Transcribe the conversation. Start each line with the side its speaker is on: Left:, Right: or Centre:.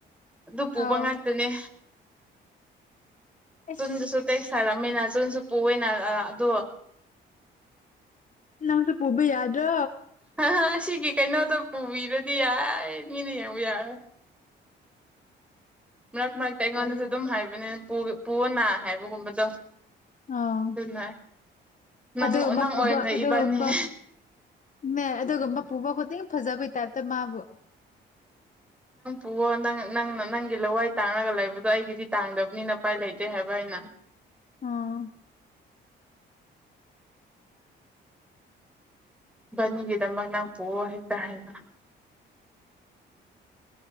Centre: ꯑꯗꯨ ꯄꯨꯕ
Left: ꯑꯧ
Centre: ꯉꯥꯛꯇꯅꯦ
Left: ꯑꯁ
Centre: ꯇꯟꯗ ꯁꯄ ꯁꯥꯔꯝꯃꯤꯅ ꯆꯨ ꯆꯄꯨ ꯑꯣꯏꯅ ꯑꯗꯣ
Left: ꯅꯪꯁꯨ ꯄꯨꯕꯤ ꯌꯥꯗ꯭ꯔꯣ
Centre: ꯍꯥ ꯁꯤꯒꯤ ꯀꯩꯅꯣꯗ ꯎꯕꯤꯔꯗꯤ ꯌꯥꯏ ꯃꯤꯅꯤꯕꯨ ꯌꯥꯔ ꯃꯔꯛ ꯃꯔꯛꯇ ꯑꯩꯉꯣꯟꯗꯁꯨ
Left: ꯇꯜꯂꯦ
Centre: ꯑꯗꯨꯝ ꯍꯥꯏꯕꯅꯦ ꯄꯨꯑꯅꯥ ꯍꯥꯏꯕꯒꯨꯝꯕꯗꯣ
Left: ꯑꯥꯎ
Centre: ꯑꯗꯨꯅ ꯅꯪ
Left: ꯑꯗꯨꯒꯕ
Centre: ꯅꯪ
Left: ꯄꯨꯕ
Centre: ꯑꯣꯏꯅ
Left: ꯑꯗꯨꯒꯨꯝꯕ
Centre: ꯏꯕꯥꯅꯤ
Left: ꯃ ꯑꯗꯨꯒꯨꯝꯕ ꯄꯨꯕ ꯈꯨꯗꯤꯡ ꯐꯖꯕꯩ ꯇꯃꯕꯨ
Centre: ꯑꯣ ꯅꯪ ꯅꯪꯅ ꯅꯪꯒꯤ ꯂꯋꯥꯏ ꯇꯥꯡꯔꯒ ꯂꯩꯕꯗꯣ ꯑꯩꯒꯤꯗꯤ ꯇꯥꯡꯗꯕꯅꯤꯅ ꯎꯄꯥꯏ ꯂꯩꯇꯦ ꯍꯥꯏꯕ ꯑꯩꯅ
Left: ꯑꯥ
Centre: ꯅꯤꯒꯗ ꯃꯥ ꯅꯪ ꯄ ꯍꯥꯏ ꯇ ꯍꯥꯏꯅ